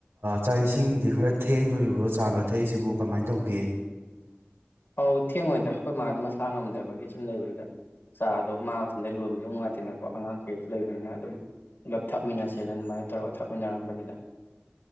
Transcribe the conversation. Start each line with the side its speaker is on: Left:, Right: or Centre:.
Right: ꯆꯥꯛ ꯏꯁꯤꯡꯗꯤ ꯈꯔ ꯊꯦꯡꯗꯣꯔꯤꯕ꯭ꯔꯣ ꯆꯥꯕ ꯊꯛꯏꯁꯤꯕꯨ ꯀꯃꯥꯏꯅ ꯇꯧꯒꯦ
Left: ꯑꯧ ꯊꯦꯡꯉꯣꯏꯗ ꯑꯩꯈꯣꯏ ꯃꯥꯗꯣ ꯃꯁꯥ ꯉꯝꯗꯕꯒꯤ ꯁꯨꯝ ꯂꯩꯕꯖꯤꯗ ꯆꯥ ꯑꯗꯣ ꯃꯥꯕ ꯃꯇꯝꯗ ꯂꯣꯟꯕꯗ ꯑꯗꯨꯝ ꯅꯨꯡꯉꯥꯏꯇꯦꯅꯀꯣ ꯑꯉꯥꯡ ꯀꯩꯁꯨ ꯂꯩꯕꯅꯤꯅ ꯑꯗꯨꯝ ꯄꯨꯂꯞ ꯊꯥꯛꯃꯤꯟꯅꯁꯦꯅ ꯑꯗꯨꯃꯥꯏꯅ ꯇꯧꯔꯒ ꯊꯥꯛꯃꯤꯟꯅꯔꯝꯕꯅꯤꯗ